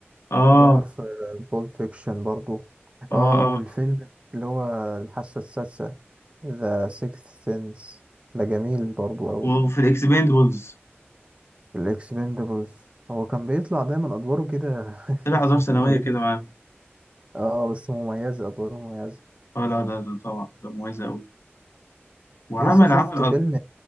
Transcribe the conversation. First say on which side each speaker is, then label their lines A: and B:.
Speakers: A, on the left (about 80°); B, on the right (about 25°).
A: اه
B: وظهر في بول فيكشن برضو
A: اه,
B: اه والفيلم
A: آه.
B: اللي هو الحاسة السادسة ذا سيكث سينس ده جميل برضو قوي
A: وفي الاكسبندبلز
B: الاكسبندبلز هو كان بيطلع دايما ادواره كده
A: طلع
B: <laughs>
A: ادوار ثانويه
B: مميزة
A: كده معاهم
B: اه بس مميزة ادواره مميزة
A: اه لا ده ده طبعا ده مميز قوي وعمل
B: يسا شفت
A: عمل
B: فيلم
A: أد...